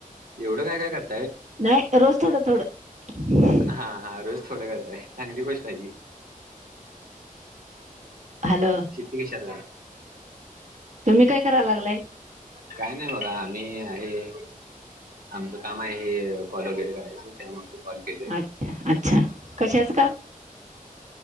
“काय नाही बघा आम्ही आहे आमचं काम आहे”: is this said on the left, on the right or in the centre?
Right